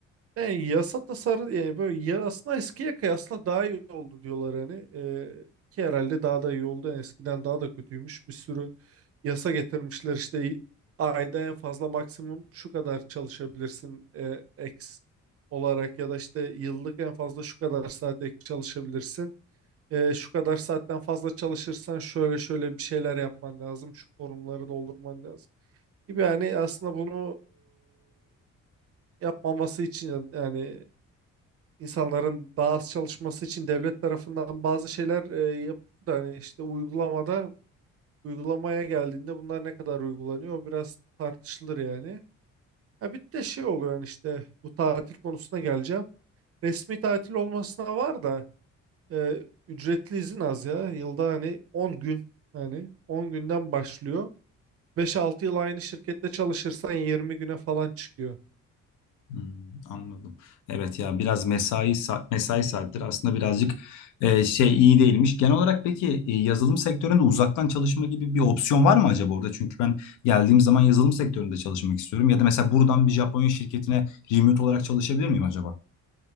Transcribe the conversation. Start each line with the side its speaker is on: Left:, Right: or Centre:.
Right: Yani yasa tasarı yani böyle ya aslında eskiye kıyasla daha iyi oldu diyorlar hani Ee, ki herhalde daha da iyi oldu Yani eskiden daha da kötüymüş bir sürü yasa getirmişler işte ayda en fazla maksimum şu kadar çalışabilirsin e, X olarak ya da işte yıllık en fazla şu kadar saat ek çalışabilirsin E, şu kadar saatten fazla çalışırsan şöyle şöyle bir şeyler yapman lazım şu formları doldurman lazım gibi yani aslında bunu e, yapmaması için yani insanların daha az çalışması için devlet tarafından bazı şeyler e, yapılıyor da hani işte uygulamada uygulamaya geldiğinde bunlar ne kadar uygulanıyor o biraz tartışılır yani. Ha bir de şey oluyor yani işte bu tatil konusuna geleceğim. Resmi tatil olmasına var da e, ücretli izin az ya. Yılda hani 10 gün hani 10 günden başlıyor. 5-6 yıl aynı şirkette çalışırsan 20 güne falan çıkıyor.
Left: Hmm, anladım. Evet ya biraz mesai sa- mesai saatleri aslında birazcık e, şey iyi değilmiş. Genel olarak peki e, yazılım sektöründe uzaktan çalışma gibi bir opsiyon var mı acaba orada? Çünkü ben geldiğim zaman yazılım sektöründe çalışmak istiyorum. Ya da mesela buradan bir Japonya şirketine remote olarak çalışabilir miyim acaba?